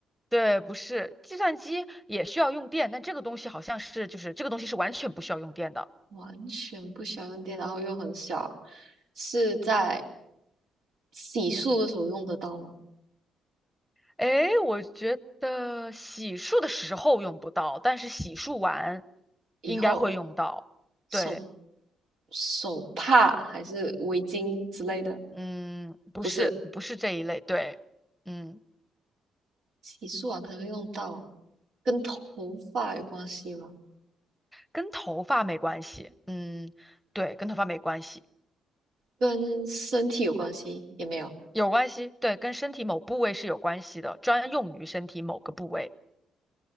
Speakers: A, in the centre; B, on the right (about 75°).
A: 对，不是，计算机也需要用电，但这个东西好像是，就是这个东西是完全不需要用电的。
B: 完全不需要用电，然后又很小，是在洗漱的时候用得到吗？
A: 诶，我觉得洗漱的时候用不到，但是洗漱完
B: 以后
A: 应该会用到。
B: 手
A: 对，
B: 手帕还是围巾之类的，
A: 嗯，不是，
B: 不是
A: 不是这一类，对，嗯，
B: 洗漱完可能会用到，跟头发有关系吗？
A: 跟头发没关系，嗯，对，跟头发没关系，
B: 跟身体有关系也没有。
A: 有关系，对，跟身体某部位是有关系的，专用于身体某个部位。